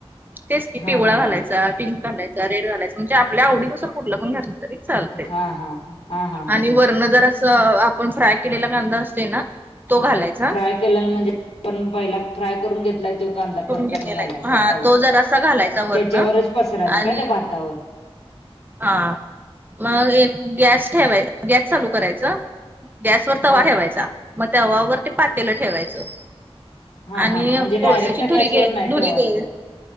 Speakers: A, on the right; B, on the left.
A: तेच की
B: हा
A: पिवळा
B: हा
A: घाला.
B: हा
A: पिंक घालायचा रेड घालायचा म्हणजे आपल्या आवडीनुसार कुठल पण घातलं तरी. चालतंय
B: हा हा हा हा हा
A: आणि
B: हा
A: वरन जरा स आपण फ्राय केलेला कांदा असतोय ना तो घालायचा.
B: फ्राय केलेला म्हणजे, आपण पहिला फ्राय करून घेतलाय. तो कांदा
A: करून
B: परत
A: घेतलेला
B: आणि घालायचा
A: हा
B: त्यावर
A: तो जरासा घालायचा वरण
B: त्याच्यावरच पसरायचा काय
A: आणि
B: त्या भातावर.
A: हा मग एक गॅस ठेवायचं. गॅस चालू करायचं. गॅसवर तवा
B: हा
A: ठेवायचा मग तवावर ते पातेलं ठेवायचं.
B: हां
A: आणि
B: हां म्हणजे डायरेक्ट
A: कोळश्याची धुरी
B: गॅसवर
A: घे
B: नाही
A: धुरी
B: ठेवायचं
A: दे